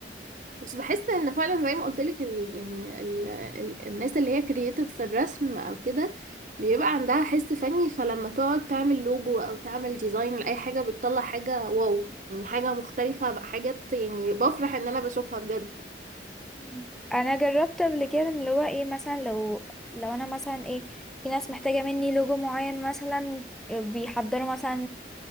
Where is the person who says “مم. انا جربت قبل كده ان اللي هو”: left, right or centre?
Centre